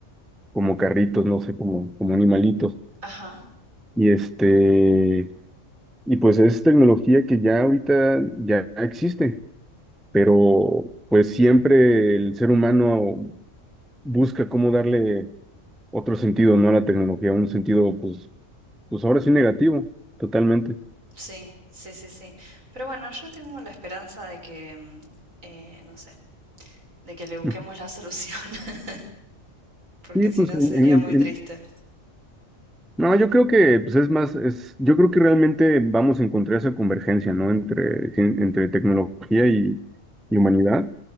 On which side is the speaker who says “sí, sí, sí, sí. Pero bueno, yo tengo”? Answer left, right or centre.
Right